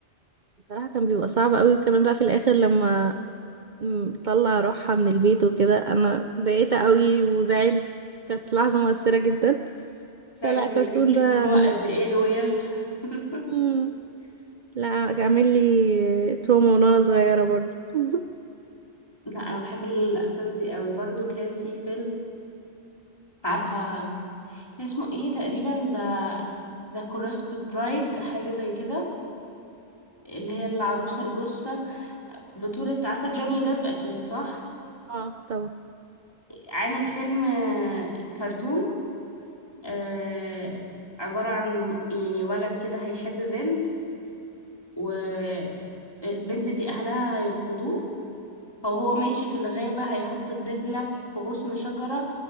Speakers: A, on the right; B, on the left.
A: بصراحة كان بيبقى صعب قوي وكمان بقى في الاخر لما م- طلع روحها من البيت وكده انا ضايقت قوي وزعلت كانت لحظة مؤثرة جدا
B: لا
A: فلا
B: بس
A: كرتون
B: ده يقول لك
A: ده
B: ان هو
A: بالنسبة
B: قد ايه لويال <laughs>
A: لي مم. لا كان عامل لي تروما من وانا صغيرة برضه <laughs>
B: لا انا بحب الافلام دي قوي برضو كان في فيلم عارفه كان اسمه ايه تقريبا ذا ذا كورسب برايد حاجه زي كده اللي هي العروسه الجثه بطوله عارفه جوني ديب اكيد صح
A: اه طبعا
B: عامل فيلم آه، كرتون آه، عباره عن يعني ولد كده هيحب بنت والبنت دي اهلها هيرفضوه فهو ماشي في الغابه هيحط الدبله في غصن شجره